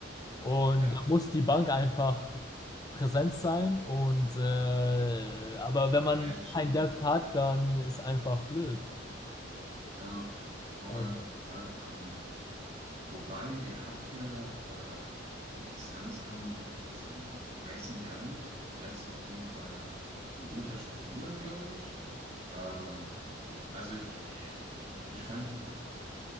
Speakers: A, on the left; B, on the right.
A: Und
B: Ja,
A: da muss die Bank einfach präsent sein. Und äh, aber wenn man
B: naja, das stimmt.
A: kein Depth hat, dann ist einfach blöd.
B: Ja, voll.
A: Also,
B: Ähm, Wobei, ihr habt ja, oder die Suns haben, wie hieß der dann? Grayson Allen, der ist auf jeden Fall ein guter Spieler, glaube ich. Ähm, also äh, ich fand,